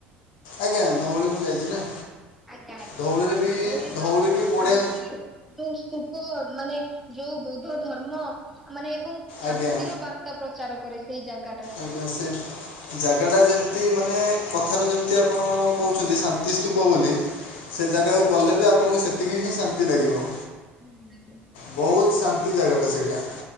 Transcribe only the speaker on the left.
ଆଜ୍ଞା ଧଉଳି ମୁଁ ଯାଇଚି ନା।
ଧଉଳିରେ
ବି
ବି
ବଢ଼ିଆ
ଆଜ୍ଞା
ଆଜ୍ଞା ସେ ଜାଗା ଟା ଯେମିତି ମାନେ କଥାରୁ ଯେମିତି ଆପଣ କହୁଛନ୍ତି ଶାନ୍ତି ସ୍ତୂପ ବୋଲି
ସେ ଜାଗାକୁ
ଗଲେ ବି ଆପଣଙ୍କୁ ସେତିକି ହିଁ ଶାନ୍ତି ଲାଗିବ।
ବହୁତ୍ ଶାନ୍ତି ଜାଗା ଟା ସେଇଟା।